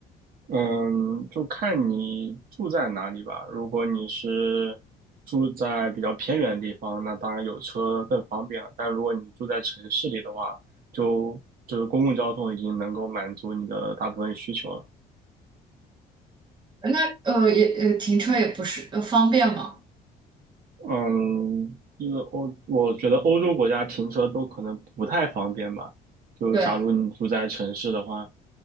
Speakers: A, on the right; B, on the right.
A: 嗯，就看你住在哪里吧。如果你是住在比较偏远的地方，那当然有车更方便了。但如果你住在城市里的话，就就是公共交通已经能够满足你的大部分需求了。
B: 那呃也呃停车也不是呃方便吗？
A: 嗯，就是欧，我觉得欧洲国家停车都可能不太方便吧。就假如你住在城市的话，
B: 对，